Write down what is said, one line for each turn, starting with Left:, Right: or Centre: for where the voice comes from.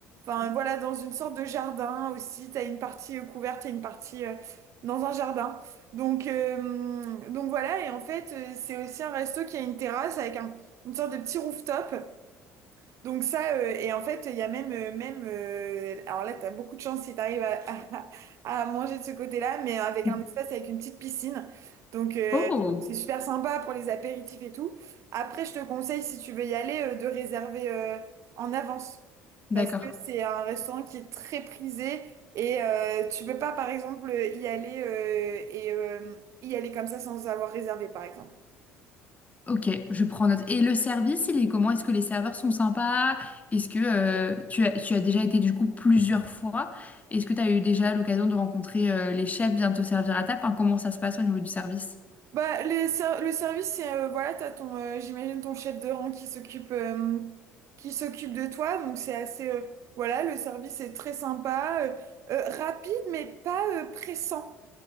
Right: enfin voilà dans une sorte de jardin aussi t'as une partie euh, couverte t'as une partie euh, dans un jardin donc, euh, donc voilà, et en fait, euh, c'est aussi un resto qui a une terrasse avec un- une sorte de petit rooftop. Donc ça, euh, et en fait, il y a même, euh, même euh, alors là, tu as beaucoup de chance si tu arrives à, <laughs> à, manger de ce côté-là, mais avec
Left: Mhm.
Right: un espace avec une petite piscine. Donc euh,
Left: Oh,
Right: donc c'est super sympa pour les apéritifs et tout. Après, je te conseille, si tu veux y aller, euh, de réserver euh, en avance.
Left: d'accord.
Right: Parce que c'est un restaurant qui est très prisé et euh, tu peux pas, par exemple, y aller euh, et euh, y aller comme ça sans avoir réservé, par exemple.
Left: Ok, je prends note. Et le service, il est comment? Est-ce que les serveurs sont sympas? Est-ce que euh, tu as, tu as déjà été du coup plusieurs fois? Est-ce que tu as eu déjà l'occasion de rencontrer euh, les chefs, bien te servir à table? Enfin, comment ça se passe au niveau du service?
Right: Bah, les ser- le service, c'est euh, voilà, t'as ton, euh, j'imagine ton chef de rang qui s'occupe euh, qui s'occupe de toi, donc c'est assez euh, voilà, le service est très sympa, euh, euh, rapide mais pas euh, pressant.